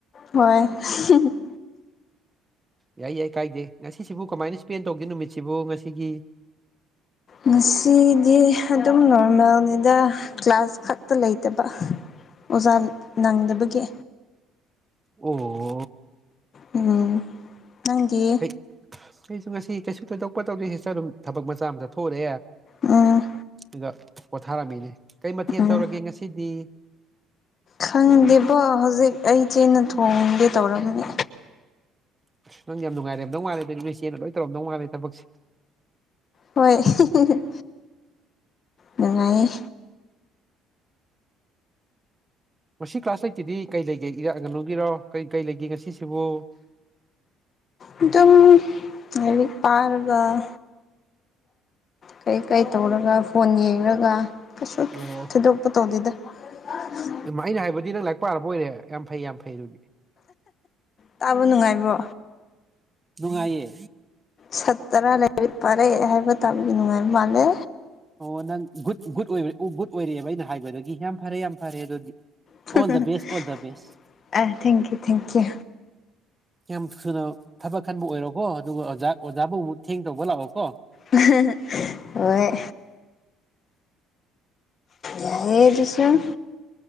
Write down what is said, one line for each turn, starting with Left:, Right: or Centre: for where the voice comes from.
Left: ꯍꯣꯏ <unintelligible>
Right: ꯌꯥꯏ ꯌꯥꯏ ꯀꯥꯏꯗꯦ ꯉꯁꯤꯁꯤꯕꯨ ꯀꯃꯥꯏꯅ ꯏꯁ꯭ꯄꯦꯟ ꯇꯧꯒꯦ ꯅꯨꯃꯤꯠꯁꯤꯕꯨ ꯉꯁꯤꯒꯤ
Left: ꯉꯁꯤꯗꯤ ꯑꯗꯨꯝ ꯅꯣꯔꯃꯦꯜꯅꯤꯗ ꯀ꯭ꯂꯥꯁ ꯈꯛꯇ ꯂꯩꯇꯕ ꯑꯣꯖꯥ ꯅꯪꯗꯕꯒꯤ
Right: ꯑꯣ
Left: ꯎꯝ ꯅꯪꯒꯤ
Right: ꯑꯩ ꯑꯩꯁꯨ ꯉꯁꯤ ꯀꯩꯁꯨ ꯀꯣꯏꯗꯣꯛꯄ ꯇꯧꯗꯣꯏꯁꯤꯆ ꯑꯗꯨꯝ ꯊꯕꯛ ꯃꯆꯥ ꯑꯃꯆꯥꯊꯣꯛꯎꯔꯦ
Left: ꯎꯝ
Right: ꯑꯗꯨꯗ ꯄꯣꯊꯥꯔꯝꯃꯤꯅꯦ ꯀꯩ ꯃꯊꯦꯜ
Left: ꯎꯝ
Right: ꯇꯧꯔꯒꯦ ꯉꯁꯤꯗꯤ
Left: ꯈꯪꯗꯦꯕꯣ ꯍꯧꯖꯤꯛ ꯑꯩꯆꯦꯅ ꯊꯣꯡꯗꯦ ꯇꯧꯔꯝꯃꯦ
Right: ꯅꯪ ꯌꯥꯝꯅꯨꯡꯉꯥꯏꯔꯝ ꯅꯧ ꯃꯥꯜꯂꯦ ꯅꯣꯏ ꯆꯦꯅ ꯂꯣꯏ ꯇꯧꯔꯝꯗꯧ ꯃꯥꯜꯂꯦ ꯊꯕꯛꯦ
Left: ꯍꯣꯏ <unintelligible> ꯅꯨꯡꯉꯥꯏꯌꯦ
Right: ꯉꯁꯤ ꯀ꯭ꯂꯥꯁ ꯑꯩꯠꯇꯗꯤ ꯀꯩ ꯂꯩꯒꯦ ꯏꯔꯥꯛ ꯑꯒꯅꯨꯒꯤꯔꯣ ꯀꯩ ꯀꯩ ꯂꯩꯒꯦ ꯉꯁꯤꯁꯤꯕꯨ
Left: ꯑꯗꯨꯝ <unintelligible> ꯄꯥꯔ ꯀꯩꯀꯩ ꯇꯧꯔꯒ ꯐꯣꯟ ꯌꯦꯡꯔꯒ ꯀꯁꯨ
Right: ꯑꯣ
Left: ꯗꯨꯛꯄ ꯇꯧꯗꯦꯗ <unintelligible>
Right: ꯑꯩꯅ ꯍꯥꯏꯕꯗꯩ ꯅꯪ ꯂꯥꯏꯛ ꯄꯥꯔꯕꫭꯏꯔꯦ ꯌꯥꯝ ꯐꯩ ꯌꯥꯝ ꯐꯩ ꯑꯗꯨꯗꯤ
Left: ꯇꯥꯕ ꯅꯨꯡꯉꯥꯏꯕ꯭ꯔꯣ
Right: ꯅꯨꯡꯉꯥꯏꯌꯦ
Left: ꯁꯠ ꯇꯔꯥ ꯂꯩꯔꯤꯛ ꯄꯥꯔꯦ ꯍꯥꯏꯕ ꯇꯥꯕꯒꯤ ꯅꯨꯡꯉꯥꯏꯕ ꯃꯥꯜꯂꯦ
Right: ꯑꯣ ꯅꯪ ꯒꯨꯗ ꯒꯨꯗ ꯑꯣꯏꯕ ꯑꯣ ꯒꯨꯗ ꯑꯣꯏꯔꯛꯑꯦꯕ ꯑꯩꯅ ꯍꯥꯏꯕꯗꯒꯤ ꯌꯥꯝ ꯐꯔꯦ ꯌꯥꯝ ꯐꯔꯦ ꯑꯗꯨꯗꯤ
Left: <unintelligible>
Right: all the best all the ꯕꯦꯁ
Left: ꯑ ꯊꯦꯡꯀ ꯌꯨ ꯊꯦꯡꯀ꯭ꯌꯨ
Right: ꯌꯥꯝ ꯊꯨꯅ ꯊꯕꯛ ꯈꯟꯕ ꯑꯣꯏꯔꯣꯀꯣ ꯑꯗꯨꯒ ꯑꯣꯖꯥ ꯑꯣꯖꯥꯕꯨ ꯑꯃꯨꯛ ꯊꯦꯡ ꯇꯧꯕ ꯂꯥꯛꯑꯣꯀꯣ
Left: <unintelligible> ꯍꯣꯏ ꯌꯥꯏꯌꯦ ꯑꯥꯗꯨꯁꯨꯝ